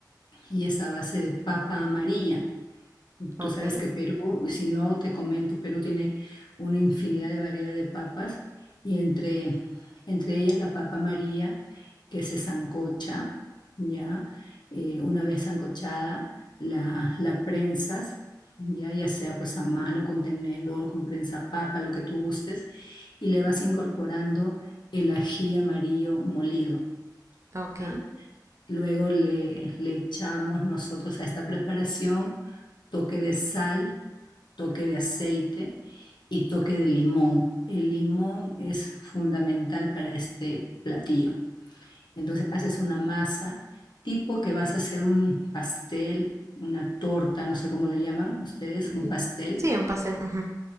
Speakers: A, on the left; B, on the right.
A: y es a base de papa amarilla.
B: ok,
A: Tú sabes que Perú, si no te comento, Perú tiene una infinidad de variedad de papas y entre, entre ellas la papa María, que se sancocha, ¿ya? Eh, una vez sancochada, la, la prensas, ¿ya? Ya sea pues a mano, con tenedor, con prensa papa, lo que tú gustes, y le vas incorporando el ají amarillo molido,
B: ok.
A: ¿ya? Luego le, le echamos nosotros a esta preparación toque de sal, toque de aceite y toque de limón. El limón es fundamental para este platillo. Entonces haces una masa tipo que vas a hacer un pastel, una torta, no sé cómo lo llaman ustedes,
B: Mm,
A: un pastel
B: Sí, un pastel. ujú.